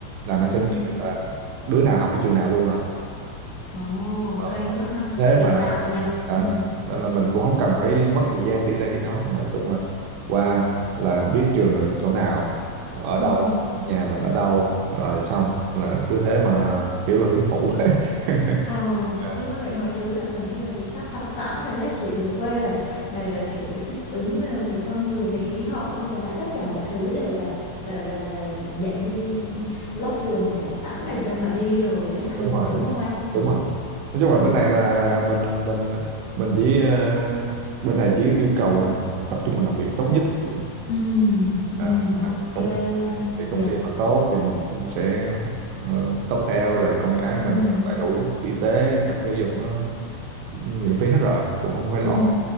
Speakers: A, on the right; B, on the left.
A: là nó sẽ
B: ừ,
A: biết được là đứa nào học ở trường nào luôn rồi
B: ồ,
A: Ờ,
B: hay quá ha,
A: thế
B: hiện
A: mà
B: đại nhỉ,
A: à,
B: ừ,
A: nên là mình cũng không cần phải mất thời gian đi đây đó nói chung là qua là biết trường ở chỗ nào ở
B: ừ.
A: đâu nhà mình ở đâu rồi xong là cứ thế mà kiểu là hưởng thụ <laughs>
B: Ờ,
A: À,
B: tới như vậy mọi thứ là gần như là được sắp đặt sẵn rồi đấy, chỉ việc quê là là, là kiểu như thích ứng về về con người, về khí hậu thôi, còn lại tất cả mọi thứ đều là là là là dạng như lót đường trải sẵn để cho mà đi rồi á anh,
A: đúng rồi
B: đúng
A: đúng
B: không
A: rồi
B: anh? Ừ.
A: đúng rồi nói chung
B: Ừ.
A: là bên này mà mình mình mình chỉ ờ, bên này chỉ yêu cầu là tập trung mình làm việc tốt nhất của
B: Ừ, ừ,
A: à,
B: ok
A: à, công
B: anh.
A: thì
B: Dạ.
A: công ty mà tốt thì mình cũng sẽ ờ, tốt theo rồi con cái
B: Ừ.
A: mình đầy đủ y tế sạch giáo dục nó miễn phí hết rồi cũng không phải
B: Ừ.
A: lo